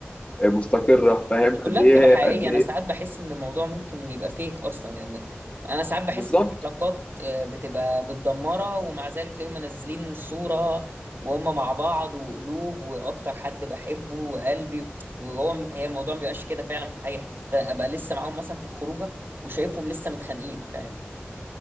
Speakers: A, on the left; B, on the right.
A: مستقرة فاهم
B: مش كلها
A: قد ايه
B: بتبقى حقيقية
A: قد ايه
B: أنا ساعات بحس إن الموضوع ممكن يبقى فيك أصلا لأن أنا ساعات بحس
A: بالظبط
B: إن في علاقات آه، بتبقى متدمرة ومع ذلك تلاقيهم منزلين صورة وهم مع بعض وقلوب وأكتر حد بحبه وقلبي وهو م- هي الموضوع مبيبقاش كده فعلا في الحقيقة ده أبقى لسه معاهم مثلا في الخروجة وشايفهم لسه متخانقين فاهم